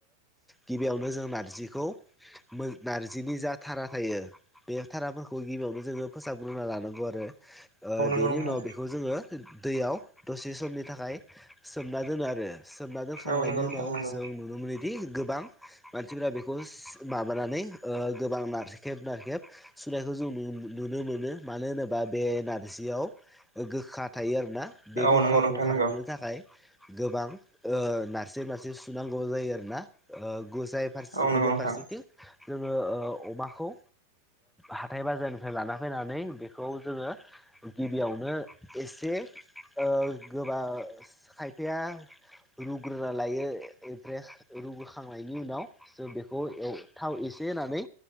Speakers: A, in the centre; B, on the left.
A: गिबियावनो जों नार्जिखौ नार्जिनि जा थारा थायो। बे धाराफोरखौ गिबियावनो जोङो फोसाबग्रोना लानांगौ आरो बेनि
B: नंगौ नोंथां
A: उनाव बेखौ जोङो दैयाव दसे समनि थाखाय सोमना दोनना सोमना दोनखांनायनि
B: औ नंगौ नोंथां
A: उनाव
B: नंगौ
A: जों नुनो मोनो गोबां मानसिफ्रा बेखौ माबानानै गोबां नारसेब नारखेब सुनायखौ जों नुनो मोनो मानो होनोबा बे नारजियाव गोखा थायो आरो ना बे गोखाखौ
B: औ नंगौ नोंथां
A: खारहोनो
B: नंगौ
A: थाखाय गोबां नारसि नारसि सुनांगौ जायो आरोना जाय फारसे
B: औ नंगौ
A: गुबुन
B: नोंथां
A: फारसेथिं जोङो अमा खौ हाथाय बाजारनिफ्राय लाना फैनानै बेखौ जोङो गिबियावनो एसे ओ गोबा खायफाया रुग्रोना लायोे एब्रेस रुग्रोखांनायनि उनाव जों बेखौ थाव थाव एस इसे होनानै